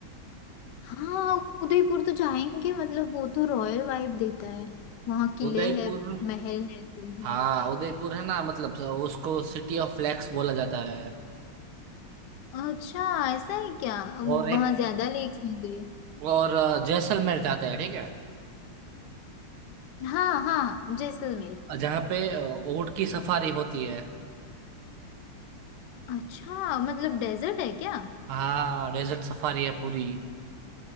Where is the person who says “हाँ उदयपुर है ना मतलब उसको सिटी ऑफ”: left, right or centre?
Right